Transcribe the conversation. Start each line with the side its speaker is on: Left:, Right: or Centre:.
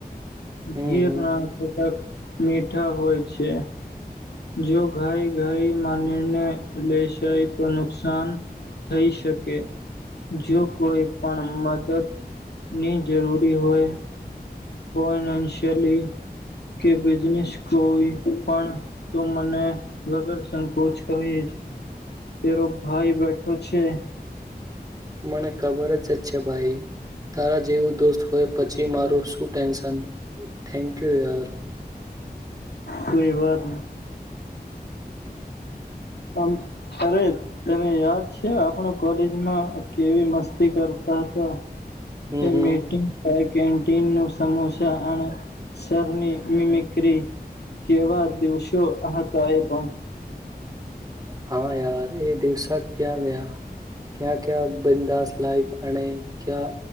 Right: હમ
Left: ધીર
Right: હમ
Left: ના ખટક મીઠા હોય છે જો ઘાઈ ઘાઈ મા નિર્ને લેેશાય તો નુકસાન થઈ શકે. જો કોઈ પણ મદદ ની જરૂરી હોય. ફશયલી કે બિઝનેસ કોઈ પણ. તો મને વગર સંકોચ કહી તેરો ભાઈ બેઠો છે.
Right: મને ખબર જ જ છે ભાઈ તારા જેવું દોસ્ત હોય. પછી મારું શું ટેન્શન થેન્ક યુ યાર.
Left: કોઈ વાત તમ અરે તને યાદ છે આપણ કોલેજમાં કેવી મસ્તી કરતા હતા.
Right: હમ
Left: તે
Right: હમ.
Left: મીટિંગ કેન્ટન ન સમોસા અસની મિમિકરી કેવા દિવસો હતા એ પણ
Right: હા યાર એ દિવસા ક્યાં ગયા ક્યા ક્યાં બિંદાસ લાઈ. અને ક્યા